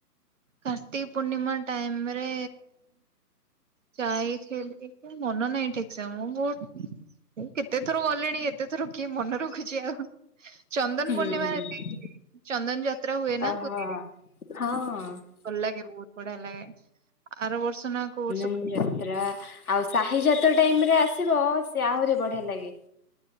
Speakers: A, on the right (about 50°); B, on the left (about 60°).
A: କାର୍ତ୍ତିକ ପୂର୍ଣ୍ଣିମା ଟାଇମରେ ଯାଇଥିଲି କି ମନ ନାହିଁ ଠିକ ସେ ମୁଁ ବହୁତ୍ ମୁଁ କେତେ ଥର ଗଲେଣି। ଏତେ ଥର କିଏ ମନ ରଖ୍ ରଖୁଚି ଆଉ। ଚନ୍ଦନ
B: ହୁଁ।
A: ପୂର୍ଣ୍ଣିମା ରେ ଯାଇଥିଲି। ଚନ୍ଦନ ଯାତ୍ରା ହୁଏ
B: ଓହୋ
A: ନା ପୁରୀରେ।
B: ହଁ।
A: ଭଲ ଲାଗେ ବହୁତ ବଢିଆ ଲାଗେ। ଆର ବର୍ଷ ନା କୋଉ ବର୍ଷ
B: <inaudible>
A: ଗୋଟେ
B: ଯାତ୍ରା ଆଉ ସାହି ଯାତ୍ରା ଟାଇମ ରେ ଆସିବ ସେ ଆହୁରି ବଢିଆ ଲାଗେ।